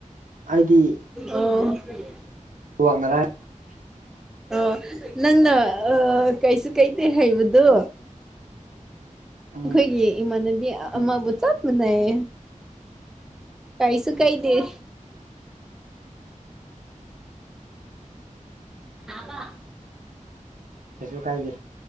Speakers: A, on the right; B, in the centre.
A: ꯑꯩꯗꯤ
B: ꯑꫭ
A: ꯋꯛꯅꯔꯦ
B: ꯑꯣ ꯅꯪꯅ ꯀꯩꯁꯨ ꯀꯩꯗꯦ ꯍꯩꯕꯗꯣ
A: ꯎꯝ
B: ꯑꯩꯈꯣꯏꯒꯤ ꯏꯃꯥꯟꯅꯕꯤ
A: ꯎꯝ
B: ꯑꯃꯕꯨ ꯆꯠ ꯃꯅꯩ ꯀꯥꯏꯁꯨ ꯀꯥꯏꯗ‌ꯦ ꯑꯃ
A: ꯀꯩꯁꯨ ꯀꯥꯏꯗꯦ